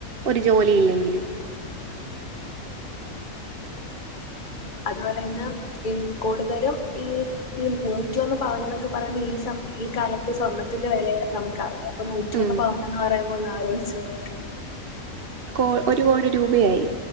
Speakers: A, on the right (about 50°); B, on the left (about 35°).
A: ഒരു ജോലി ഇല്ലെങ്കില്
B: അതുപോലെ തന്ന ഈ കൂടുതലും ഈ ഈ നൂറ്റിയൊന്ന് പവന എന്നൊക്കെ പറയുമ്പൊ ഈ ഈ കാലത്തെ സ്വർണത്തിന്റെ വിലയെ നമുക്കറിയാം ഇപ്പൊ നൂറ്റി
A: ഉം
B: ഒന്ന് പവനന്ന് പറയുമ്പൊ ഒന്ന് ആലോചിച്ചു നോക്കെ
A: കോ ഒരു കോടി രൂപയായി